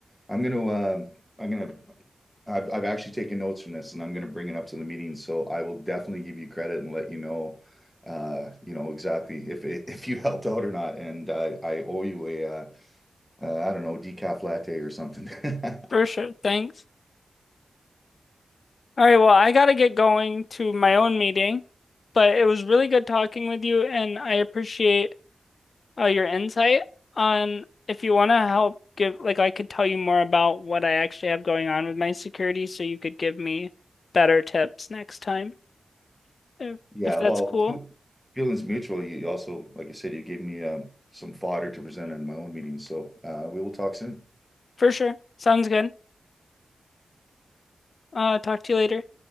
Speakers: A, in the centre; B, on the left.
A: I'm gonna um, I'm gonna I've I've actually taken notes from this, and I'm going to bring it up to the meeting. So I will definitely give you credit and let you know, uh, you know exactly if it, <laughs> if you helped out or not. And I I owe you a uh, uh, I don't know decaf latte or something. <laughs>
B: for sure. Thanks. All right, well, I gotta get going to my own meeting, but it was really good talking with you, and I appreciate Oh, your insight on if you want to help give, like, I could tell you more about what I actually have going on with my security so you could give me better tips next time, if,
A: Yeah,
B: if that's
A: well,
B: cool.
A: feelings mutual. You also, like I said, you gave me um, some fodder to present in my own meeting. So uh, we will talk soon.
B: For sure. Sounds good. Uh, talk to you later.